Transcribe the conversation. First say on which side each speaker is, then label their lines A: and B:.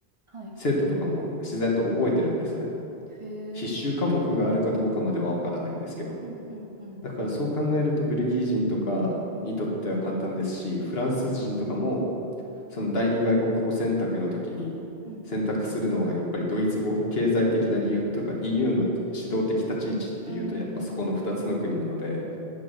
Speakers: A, on the right (about 35°); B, on the left (about 70°).
A: はい。
B: 生徒とかも自然と覚えてるんですね
A: へえ。
B: 必修科目があるかどうかまではわからないんですけど
A: うんうんうん。
B: だからそう考えるとベルギー人とかにとっては簡単ですしフランス人とかも
A: うんうん。うんうん。
B: その第二外国語選択の時に選択するのはやっぱりドイツ語、
A: うんうん。
B: 経済的な理由とか EU の指導的立ち位置っていうとやっぱそこの2つの国なので、
A: うーん。